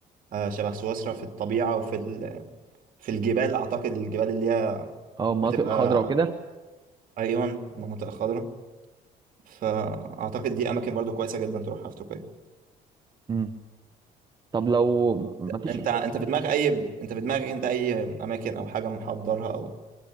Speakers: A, on the right (about 55°); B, on the right (about 25°).
A: آه شبه سويسرا في الطبيعة وفي ال... في الجبال أعتقد الجبال اللي هي
B: اه المناطق
A: بتبقى
B: الخضراء وكده
A: أيون المناطق الخضراء فأعتقد دي أماكن برضو كويسة جدا تروحها في تركيا
B: أمم. طب لو ما فيش
A: انت انت في دماغك اي انت في دماغك انت اي اماكن او حاجه محضرها او